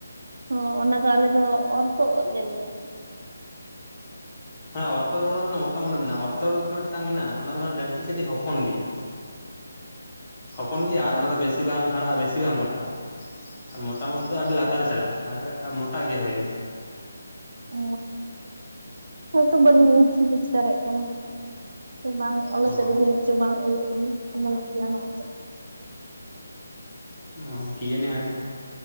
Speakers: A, on the right; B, on the left.
A: ᱚᱻ ᱚᱱᱟ ᱫᱚ ᱟᱞᱮ ᱫᱚ ᱚᱨ ᱛᱚᱜ ᱩᱫ ᱞᱮ ᱞᱮᱭᱟ।
B: ᱦᱮᱸ ᱚᱨᱛᱚ ᱨᱚᱲ ᱦᱚᱸ ᱢᱚᱛᱟᱢ ᱩᱫ ᱢᱮᱱᱟᱜ-ᱟ ᱚᱨᱛᱚ ᱨᱚᱲ ᱫᱚ ᱢᱤᱫᱴᱟᱝ ᱢᱮᱱᱟᱜ-ᱟ ᱚᱱᱟ ᱫᱚ ᱢᱟᱱᱮ ᱰᱟᱹᱱᱴᱤ ᱠᱟᱹᱴᱤᱡ ᱦᱚᱯᱚᱱ ᱜᱮᱭᱟ। ᱦᱚᱯᱚᱱ ᱜᱮᱭᱟ ᱟᱨ ᱚᱱᱟ ᱫᱚ ᱵᱮᱥᱤ ᱵᱟᱝ ᱦᱟᱨᱟᱜ-ᱟ ᱵᱮᱥᱤ ᱵᱟᱝ ᱢᱚᱴᱟᱜ-ᱟ। ᱟᱨ ᱢᱚᱛᱟᱢ ᱩᱫ ᱫᱚ ᱟᱹᱰᱤ ᱞᱟᱛᱟᱨ ᱨᱮ ᱪᱟᱞᱟᱜ-ᱟ ᱟᱨ ᱢᱚᱴᱟᱜ ᱜᱮᱭᱟ ᱦᱳᱭ ᱜᱮ।
A: ᱚ ᱦᱳᱭᱛᱚ ᱵᱟᱹᱞᱤᱧ <unintelligible> ᱵᱩᱡᱽ ᱫᱟᱲᱭᱟᱜ ᱠᱟᱱᱟ ᱥᱮ ᱵᱟᱝ ᱟᱞᱮ
B: ᱚ
A: ᱥᱮᱫ ᱨᱮ ᱫᱚ ᱱᱤᱡ <unintelligible> ᱪᱚᱝ ᱵᱟᱝ ᱤᱭᱟᱹ ᱜᱮᱭᱟ ᱚᱢᱚᱱᱚᱜ ᱜᱮᱭᱟ ᱱᱚᱜ <unintelligible>
B: ᱚᱻ ᱠᱤ ᱡᱟᱹᱱᱤ ᱦᱚᱭ ᱛᱚ।